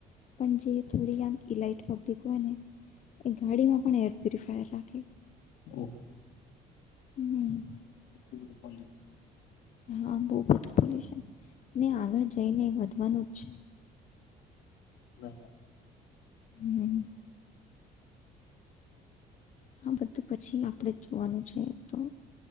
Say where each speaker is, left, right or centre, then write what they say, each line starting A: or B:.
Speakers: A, on the left (about 45°); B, on the left (about 80°).
A: પણ જે થો આ ઈલાટ્ હોયને એ ગાડીમાં પણ એર પુફાય રાખે.
B: ઓ.
A: હમ.
B: એક બધું પ. <unintelligible>
A: હા બહ બધું પોલ્યન ને આગળ જઈને વધવાનું જ છે.
B: હમ. <unintelligible>
A: હમ. આ બધું પછી આપણેે જ જોવાનું છે તો..